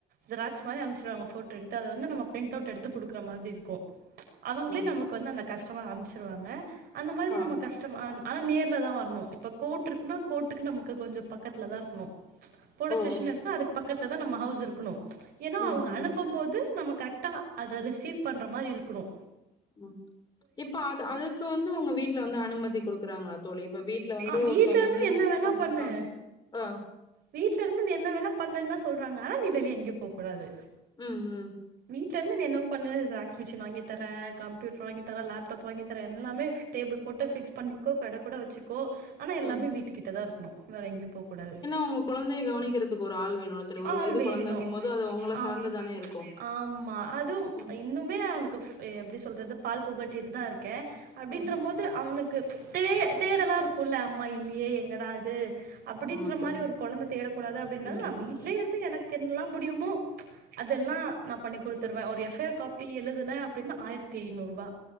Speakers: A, on the right; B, on the left.
A: ஜெராக்ஸ் மாரி அனுப்புச்சுடுவாங்க ஃபோட்டோ எடுத்து அதை வந்து நம்ம பிரிண்ட் அவுட் எடுத்து கொடுக்குற மாதிரி இருக்கும் அவங்களே
B: ஓ
A: நமக்கு வந்து அந்த கஷ் அம்பிச்சிருவாங்க அந்த மாதிரி
B: ஆ
A: நம்ம கஷ்டமான் ஆனா நேர்ல தா வர்னோ இப்போ கோட் இருக்குன்னா கோட்டுக்கு நமக்கு கொஞ்சோ பக்கத்தில தா இருக்னோ போலீஸ்
B: ஓ
A: ஸ்டேஷ லருந்து அதுக் பக்கத்தில தா நம்ம ஹவுஸ் இருக்னோ ஏனா
B: ம்
A: அவுங்க
B: ம்
A: அனுப்பம் போது நம்ம கரெக்டா அத ரிசீவ் பண்ற மாரி இருக்கணு
B: ம் இப்ப அது அதுக்கு வந்து உங்க வீட்ல வந்து அனுமதி கொடுக் ருக்காங்களா தோழி இப்ப வீட்ல வந்து
A: ஆ வீட்ல
B: ஒருதவங்க
A: இருந்து
B: வந்து
A: நீ என்ன வேணா
B: அ
A: பண்ணு
B: ஆ ஆ
A: வீட்ல இருந்து நீ என்ன வேணா பண்ணு தா சொல்றாங்க நீ வெளியே எங்கெயு போ கூடாது
B: ம் ம்
A: ட்ல இருந்து நீ என்னவோ பண்ணு ஜெராக்ஸ் மிஷின் வாங்கி தரே கம்ப்யூட்டர் வாங்கி தரே லப்டாப் வாங்கி தரே எல்லாமே ஃப் டேபிள் போட்டு ஃபிக்ஸ் பண்ணிக்கோ கட கூட வச்சுக்கோ ஆனா எல்லாமே
B: ம்
A: வீட்டுக்கிட்ட தா இருக்கணோ வேற எங்கேயு போக்கூடாது
B: ஒங்க கொழந்தைய கவனிக்கிறதுக்கு ஒரு ஆள்வேனுல தோழி ஒரு
A: ஆள்
B: வயது
A: வேணு
B: கொழந்தங்க போது அது உங்கள
A: ஆம்
B: சார்ந்துதானே இருக்கோ
A: ஆமா அதுவு
B: ம்
A: இன்னுமே அவனுக்கு எப்டி சொல்றது பால் புகட்டிட்டு தா இருக் கே அப்டின்றம்போது
B: ம்.
A: அவனுக்கு தே தேடலா இருக்குல்ல அம்மா இல்லையே என்னாடா இது அப்டின்ற
B: ஆமா தோழி.
A: மாரி ஒரு வந்து தேடக்கூடாது அப்டின்னால்
B: ம்.
A: நா வீட்லேயே இருந்து எனக்கு என்னல்லா முடியுமோ அது இதெல்லா நா பண்ணி கொடுத்துருவ ஒரு எஃப் ஐ ஆர் காப்பி எழுதுனே அப்டின்னா ஆயிரத்தி ஐநூருபா